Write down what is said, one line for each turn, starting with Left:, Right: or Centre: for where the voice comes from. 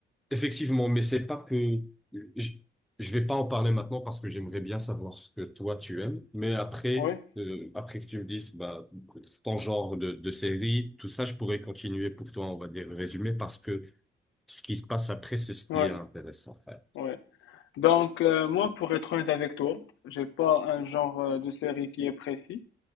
Centre: Effectivement, mais c'est pas que... Je, je vais pas en parler maintenant parce que j'aimerais bien savoir ce que toi tu aimes. Mais après,
Left: Ouais,
Centre: euh, après que tu me dises, bah, ton genre de, de série, tout ça, je pourrais continuer pour toi, on va dire, le résumé parce que ce qui se passe après, c'est ce qui
Left: ouais,
Centre: est intéressant, frère.
Left: ouais. Donc, euh, moi, pour être honnête avec toi, j'ai pas un genre euh, de série qui est précis.